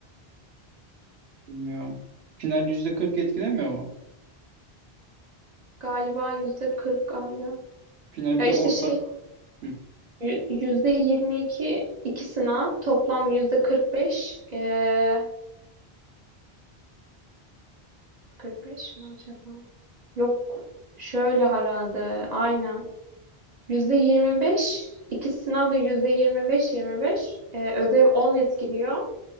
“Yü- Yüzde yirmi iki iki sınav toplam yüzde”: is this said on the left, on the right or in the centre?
Right